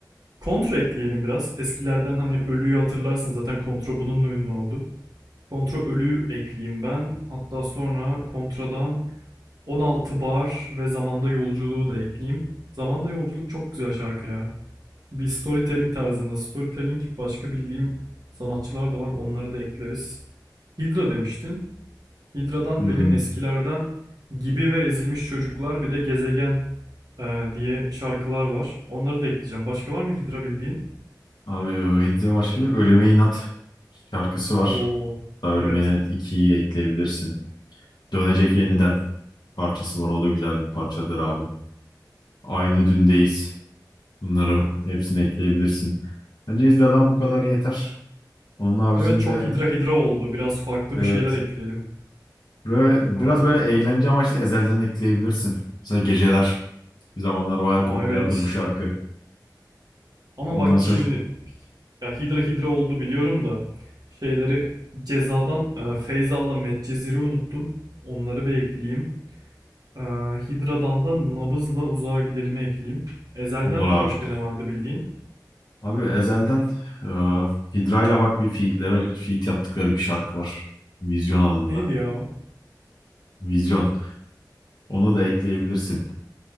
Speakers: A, on the right; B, on the left.
A: Kontra ekleyelim biraz. Eskilerden hani ölüyü hatırlarsın zaten kontra bununla ünlü oldu. Kontra ölü ekleyeyim ben. Hatta sonra kontradan 16 bar ve zamanda yolculuğu da ekleyeyim. Zamanda yolculuk çok güzel şarkı ya. Bir storytelling tarzında. Storytelling başka bildiğim sanatçılar da var. Onları da ekleriz. Hydra demiştin. Hydra'dan
B: Hmm.
A: benim eskilerden Gibi ve Ezilmiş Çocuklar bir de Gezegen e, diye şarkılar var. Onları da ekleyeceğim. Başka var mı Hydra bildiğin?
B: Abi o Hidde başka bir Ölüme İnat şarkısı var.
A: Oo,
B: Hatta Ölüme
A: evet.
B: İnat 2'yi ekleyebilirsin. Dönecek Yeniden parçası var. O da güzel bir parçadır abi. Aynı Dündeyiz. Bunları hepsini ekleyebilirsin. Bence Hidda'dan bu kadar yeter. Onun haricinde
A: Evet çok Hydra Hydra oldu. Biraz farklı
B: evet.
A: bir şeyler ekleyelim.
B: Böyle,
A: Eee,
B: biraz böyle eğlence amaçlı Ezel'den ekleyebilirsin. Mesela Geceler. Bir zamanlar bayağı
A: O
B: popülerdi
A: evet.
B: bu şarkı.
A: Ama
B: Ondan
A: bak
B: sonra
A: şimdi ya Hidra Hidra oldu biliyorum da şeyleri cezadan e, Feyzal'la Medcezir'i unuttum. Onları bir ekleyeyim. E, Hidra'dan da Nabız'la Uzağa Gidelim'i ekleyeyim. Ezel'den
B: olur abi.
A: başka ne vardı bildiğin?
B: Abi Ezel'den e, Hidra'yla bak bir feat'lere feat yaptıkları bir şarkı var. Vizyon adında.
A: Neydi ya o?
B: Vizyon. Onu da ekleyebilirsin.